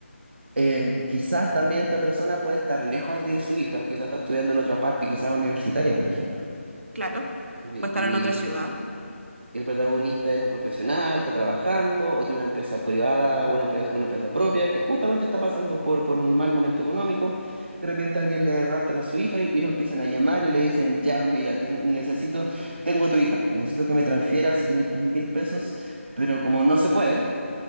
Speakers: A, on the right; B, on the right.
A: eh, quizás también esta persona puede estar lejos de su hija, quizás está estudiando en otra parte, quizás universitaria, por ejemplo.
B: claro.
A: Eh,
B: Puede estar
A: Y
B: en otra ciudad,
A: el protagonista es un profesional, está trabajando, o tiene una empresa privada, o una, empre- una empresa propia, que justamente está pasando por, por un mal momento económico. De repente alguien le raptan a su hija y, y lo empiezan a llamar y le dicen, ya, mira, te- necesito, tengo a tu hija, necesito que me transfieras quinientos mil pesos, pero como no se puede